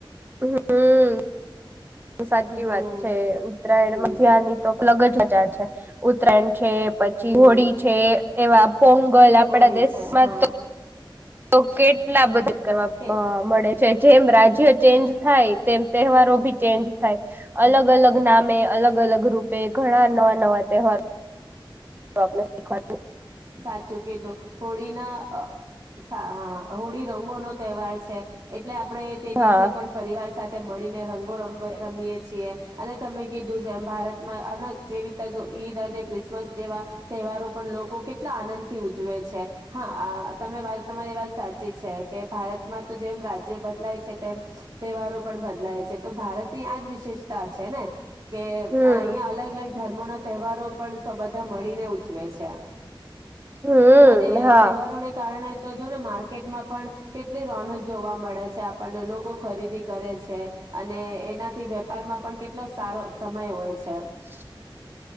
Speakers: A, on the right; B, on the right.
A: હમ હું હું બ સાચી
B: હમ
A: વાત છે ઉત્તરાયણ
B: હમ
A: મધ્યહા ની તો અલગ જ મજા છે ઉત્તરાયણ છે પછી
B: હમ
A: હોળી છે એવા પોંગલ આપડા
B: હોળી
A: દેશમાં
B: છે હા
A: તો તો કેટલા બધા કહેવામ
B: કે
A: મા મળે છે જેમ રાજ્ય ચેન્જ થાય તેમ તહેવારો ભી ચેન્જ થાય અલગ
B: હા
A: અલગ નામે અલગ અલગ રૂપે ઘણા નવા નવા તહેવાર તો આપણે શીખવાડે
B: સાચું કીઘુ હોળી ના અ સાહ હોળી રંગો નો તહેવાર છે એટલે આપણેે તે દિવસે
A: હા
B: પણ પરિવાર સાથે મળીને રંગો રમે રમીએ છીએ અને તમે કીધું જેમ ભારતમાં અને જેવીતા જો ઈદ અને ક્રિસ્ બસ જેવા તહેવારો પણ લોકો કે એટલા આનંદ થી ઉજવે છે હા તમે વા તમારી વાત સાચી છે કે. ભારત માં તો જેમ રાજ્ય બ. બદલાય છે તેમ તહેવારો પણ બદલાય છે તો ભારતની આજ વિશેષતા છે ને. કે
A: હમ
B: અ હિયા અલગ અલગ. ધર્મો ના તહેવારો પણ સો બધા મળીને ઉજવે છે.
A: હમ
B: અને
A: હા
B: તહેવારોને કારણે. તો જોને માર્કેટમાં પણ કેટલી રોનક જોવા મળે છે આપણને લોકો ખરીદી કરે છે અને એનાથી વેપારમાં પણ કેટલો સારો સમય હોય છે.
A: <inaudible>